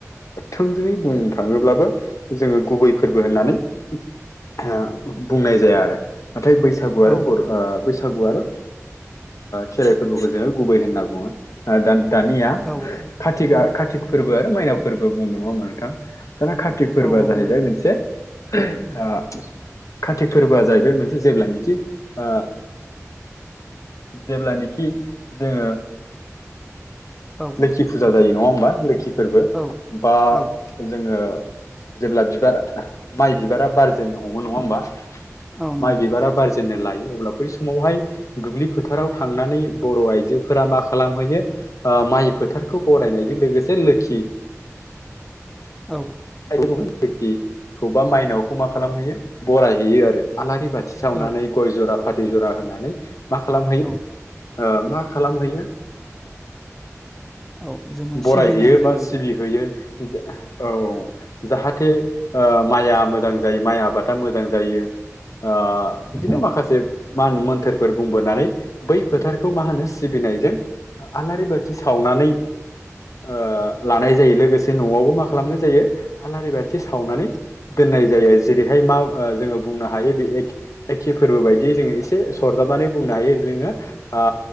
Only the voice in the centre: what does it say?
औ
औ
औ औ
नंगौ
औ
नोंथां
औ
औ
औ
नंगौ
<inaudible> औ
औ
औ
औ जोङो
सिबिनाय जायो
आरो
औ